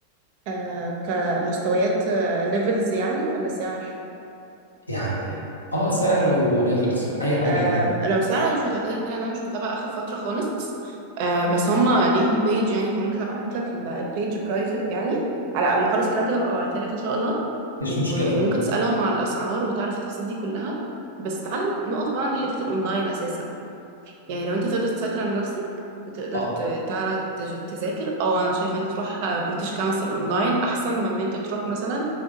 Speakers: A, on the right (about 50°); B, on the left (about 80°).
A: آه كمستويات ليفلز يعني ولا سعر
B: يعني اه سعر وليفلز اي حاجه
A: آه
B: الاتنين.
A: لو سعر انا مش متاكده لان انا مش متابعه اخر فتره خالص آه بس هم ليهم بيج يعني فممكن ابعت لك البيج برايفت يعني على ما اخلص الكلام كده ببقى ابعتها لك ان شاء الله
B: مفيش
A: وممكن
B: مشكله تمام
A: تسالهم على الاسعار وتعرف التفاصيل دي كلها بس تعالى نقف بقى عند حته الاونلاين اساسا يعني لو انت تقدر تسيطر على نفسك وتقدر
B: اه
A: ت-
B: طب
A: تعرف تج- تذاكر او انا شايفه ان تروح بريتش كونسل اونلاين احسن من ان انت تروح مثلا